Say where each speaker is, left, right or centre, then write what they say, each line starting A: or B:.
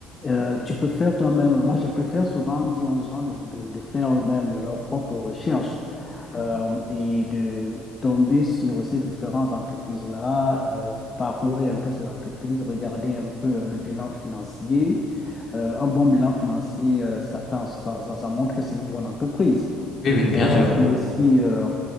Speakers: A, on the left; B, on the left.
A: Euh, tu peux faire toi-même. Moi, je préfère souvent dire aux gens de, de- de faire eux-mêmes leurs propres recherches
B: mhm.
A: euh, et de tomber sur ces différentes entreprises-là, euh, parcourir un peu ces entreprises, regarder un peu euh, le bilan financier. Euh, un bon bilan financier, euh, ça fait, ça, ça- ça montre que c'est une bonne entreprise.
B: Oui, oui, bien
A: Euh,
B: sûr.
A: et aussi euh,